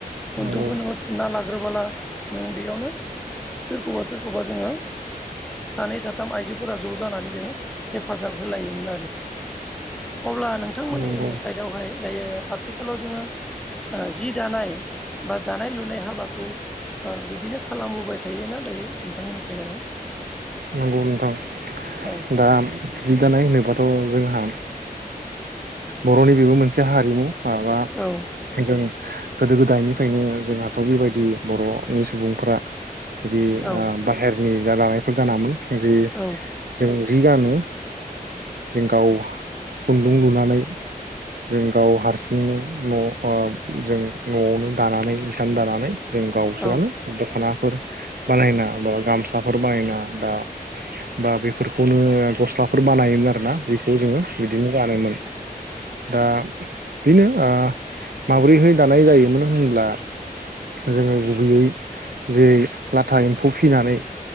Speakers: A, in the centre; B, on the right (about 75°).
A: खुन्दुंखौ
B: नंगौ
A: नोङो थुनना लाग्रोबोला नों बेयावनो सोरखौबा सोरखौबा जोङो सानै साथाम आइजोफोरा ज' जानानै जोङो हेफाजाब होलायोमोन आरो अब्ला नोंथांमोननि
B: नंगौ
A: साइडआवहाय दायो आथिखालाव जोङो जि दानाय बा दानाय लुनाय हाबाखौ बिदिनो खालामबोबाय थायोना दायो नोंथांमोननि साइडआवहाय
B: नंगौ नोथां।
A: औ
B: दा जि दानाय होनोबाथ' जोंहा बर'नि बेबो मोनसे हारिमु माबा
A: औ
B: जों गोदो गोदायनिफ्रायनो जोंहाथ' बेबायदि बर'नि सुबुंफोरा बिदि
A: औ
B: बाहेरनि जा लानायफोर गानामोन जि
A: औ
B: जों जि गानो जों गाव खुन्दुं लुनानै जों गाव हारसिंनो न' जों न'आवनो दानानै हिसान दानानै जों गावसोरानो
A: औ
B: दख'नाफोर बानायना बा गामसाफोर बानायना दा बा बेफ फोरखौनो गस्लाफोर बानायोमोन आरोना जखौ जोङो बिदिनो गानोमोन दा बेनो माब्रैहाय दानाय जायोमोन होनब्ला। जोङो गुबैयै जे लाथा एम्फौ फिनानै